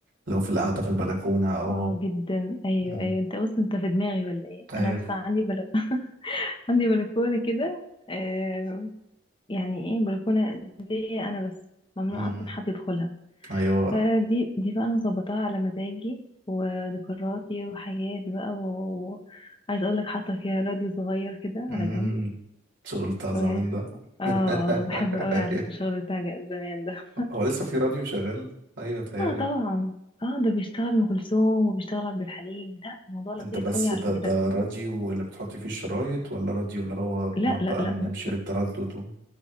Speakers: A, on the right; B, on the left.
A: لو في القعدة في البلكونة او
B: اه جدا ايوه
A: مم.
B: ايوه انت بص انت في دماغي ولا ايه
A: ايوه
B: انا بص عندي بل... <laughs> عندي بلكونة كده آه، يعني ايه بلكونة ليا انا بس ممنوع
A: مم.
B: اصلا حد يدخلها
A: ايوه
B: فدي دي بقى انا مظبطاها على مزاجي وذكرياتي وحياتي بقى وعايز اقول لك حاطه فيها راديو صغير كده
A: مم.
B: على جنب
A: الشغل بتاع زمان
B: و...
A: ده
B: اه
A: <laughs>
B: بحب قوي
A: ايوه
B: على فكره الشغل بتاع ج- زمان ده
A: هو لسه في راديو شغال ايوه تهيألي
B: اه طبعا اه ده بيشتغل ام كلثوم وبيشتغل عبد الحليم لا الموضوع لطيف
A: انت بس
B: قوي على
A: ده
B: فكره
A: ده راديو اللي بتحط فيه الشرايط ولا راديو اللي هو بنقعد
B: لا لا
A: بقى
B: لا
A: نمشي
B: لا
A: بالتردد و...